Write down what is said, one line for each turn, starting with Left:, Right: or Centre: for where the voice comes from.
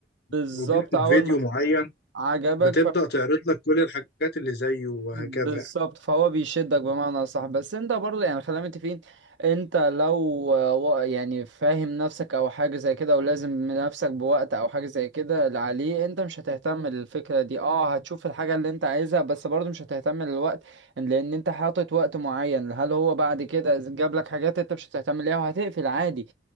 Right: بالظبط
Left: وجدت
Right: اول
Left: فيديو
Right: ما
Left: معين
Right: عجبك
Left: بتبدأ تعرض لك كل الحاجات اللي زيه وهكذا
Right: بالظبط فهو بيشدك بمعنى صح بس انت برضه يعني خلينا متفقين انت لو آه، وا- يعني فاهم نفسك او حاجه زي كده ولازم نفسك بوقت او حاجه زي كده اللي عليه انت مش هتهتم للفكره دي اه هتشوف الحاجه اللي انت عايزها بس برضه مش هتهتم للوقت لان انت حاطط وقت معين هل هو بعد كده جاب لك حاجات انت مش هتهتم ليها وهتقفل عادي